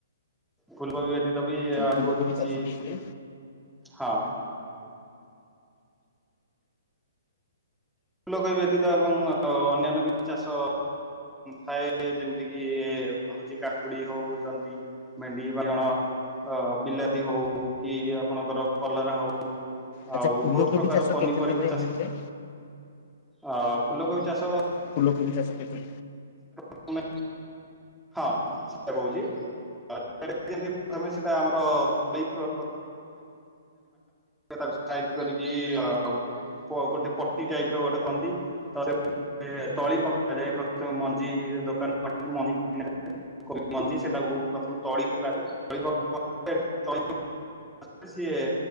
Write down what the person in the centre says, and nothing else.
ଫୁଲକବି ବ୍ୟତିତ ବି ଏହାର
ବହୁତ କିଛି
ହଁ। ଫୁଲକବି ବ୍ୟତୀତ ଏବଂ ଅନ୍ୟାନ୍ୟ ବି ଚାଷ ଥାଏ ଯେମିତି କିି ହଉଚି କାକୁଡି ହଉ, ଜହ୍ନି, ଭେଣ୍ଡି, ବାଇଗଣ। ଅ ବିଲାତି ହଉ କି ଆପଣଙ୍କର କଲରା ହଉ।
ଆଉ
ବହୁତ ପ୍ରକାର
ପନିପରିବା
ଚାଷ
ଆ ଫୁଲକୋବି ଚାଷ
ତମେ ହଁ ସେଟା କହୁଚି। <unintelligible> ମେ ସେଟା ଆମର <unintelligible> ତା ସାଇଜ କରିକି ଅ ଗୋଟେ ପଟି ଟାଇପ ର ଗୋଟେ କନ୍ତି ତ ତଳି ପକାଯାଏ। ପ୍ରଥମେ ମଞ୍ଜି ଦୋକାନ ମଞ୍ଜି କି <unintelligible> କ ମଞ୍ଜି ସେଟାକୁ ପ୍ରଥମେ ତଳି ପକାଯାଏ। ତଳି ପ <unintelligible> ରେ ସିଏ